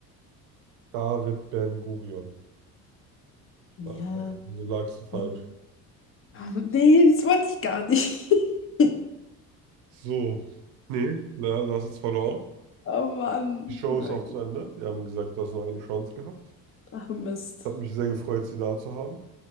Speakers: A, on the right (about 55°); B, on the left (about 30°).
A: David Ben-Gurion.
B: Ja,
A: War es leider. Also lagst du falsch.
B: nee. Ah, <laughs> Nee, das wollte ich gar nicht. <laughs>
A: So. Nee, na, du hast jetzt verloren.
B: Oh Mann.
A: Die Show
B: Na
A: ist auch
B: gut.
A: zu Ende. Wir haben gesagt, du hast noch eine Chance gehabt.
B: Ach Mist.
A: Hat mich sehr gefreut, sie da zu haben.